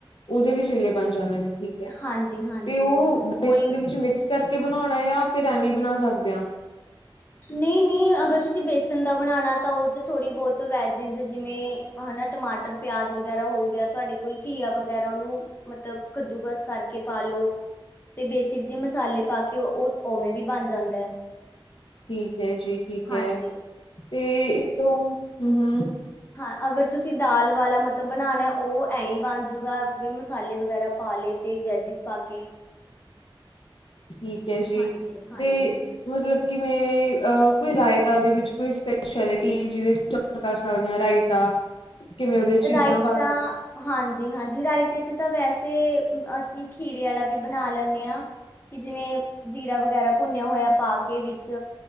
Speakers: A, on the left; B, on the left.
A: ਓਦੇ ਵੀ ਚੀਲੇ ਬਨ ਜਾਂਦੇ ਨੇ, ਠੀਕ ਐ।
B: ਹਾਂਜੀ ਹਾਂਜੀ
A: ਤੇ ਓ ਵੇਸਨ
B: ਉਹੀ
A: ਦੇ ਵਿੱਚ ਮਿਕਸ ਕਰਕੇ ਬਨਾਓਣਾ ਆ, ਯਾ ਫਿਰ ਐਂਵੀ ਬਨਾ ਸਕਦੇ ਆਂ?
B: ਨੀਂ ਨੀਂ, ਅਗਰ ਤੁਸੀ ਬੇਸਨ ਦਾ ਬਨਾਣਾ ਤਾਂ ਓ 'ਚ ਥੋੜੀ ਬੌਤ ਵੈਜੇਸ ਜਿਵੇਂ ਹੈਨਾ ਟਮਾਟਰ, ਪੇਆਜ ਵਗੈਰਾ ਹੋ ਗੇਆ ਤੁਆਡੇ ਕੋਲ ਘੀਆ ਵਗੈਰਾ ਓਨੂੰ ਮਤਲਬ ਕੱਦੂਕਸ ਕਰਕੇ ਪਾ ਲੋ। ਤੇ, ਬੇਸੇਕ ਜੇ ਮਸਾਲੇ ਪਾ ਕੇ ਓ, ਓ ਓਵੇਂ ਵੀ ਬਨ ਜਾਂਦੈ।
A: ਠੀਕ ਐ ਜੀ- ਠੀਕ
B: ਹਾਂਜੀ
A: ਐ, ਤੇ ਇਸ ਤੋਂ ਹੂੰ-ਹੂੰ।
B: ਹਾਂ, ਅਗਰ ਤੁਸੀ ਦਾਲ ਵਾਲਾ ਮਤਬ ਬਨਾਣਾ ਓ ਐਂ ਈ ਬਨ ਜੂਗਾ ਵੀ ਮਸਾਲੇ ਵਗੈਰਾ ਪਾ ਲੇ ਤੇ ਵੈਜੇਸ ਪਾ ਕੇ।
A: ਠੀਕ ਐ ਜੀ।
B: ਹਾਂਜੀ ਹਾਂਜੀ
A: ਤੇ ਮਤਲਬ ਕਿਵੇਂ ਅ ਕੋਈ ਰਾਏਤਾ ਦੇ ਵਿੱਚ ਕੋਈ ਸਪੈਸ਼ੈਲਟੀ ਜਿਦੇ ਕਰ ਸਕਦੇ ਆਂ, ਰਾਏਤਾ ਕਿਵੇਂ ਓਦੇ ਚੀਜ਼ਾਂ
B: ਰਾਇਤਾ
A: ਪਾ ਸਕਦੇ
B: ਹਾਂਜੀ -ਹਾਂਜੀ, ਰਾਏਤੇ 'ਚ ਤਾਂ ਵੈਸੇ ਅਸੀ ਖੀਰੇ ਆਲਾ ਵੀ ਬਨਾ ਲੈਂਨੇ ਆਂ। ਕਿ, ਜਿਵੇਂ ਜੀਰਾ ਵਗੈਰਾ ਭੁੰਨੇਆ ਹੋਏਆ ਪਾ ਕੇ ਵਿੱਚ